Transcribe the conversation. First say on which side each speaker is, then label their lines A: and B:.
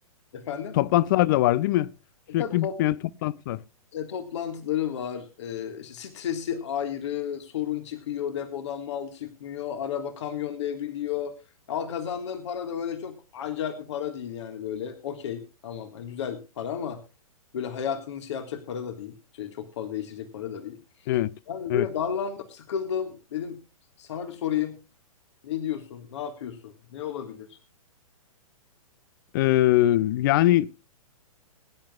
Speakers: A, on the left; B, on the left.
A: efendim.
B: Toplantılar da var değil mi? Sürekli
A: E tabii top-
B: bitmeyen toplantılar.
A: e, toplantıları var. Ee, işte stresi ayrı, sorun çıkıyor, depodan mal çıkmıyor, araba kamyon devriliyor. Al kazandığın para da öyle çok acayip bir para değil yani böyle. Okey, tamam. Hani güzel para ama böyle hayatını şey yapacak para da değil. Şey, çok fazla değiştirecek para da değil.
B: Evet.
A: Yani
B: Evet.
A: böyle darlandım, sıkıldım. Dedim sana bir sorayım. Ne diyorsun? Ne yapıyorsun? Ne olabilir?
B: Ee, yani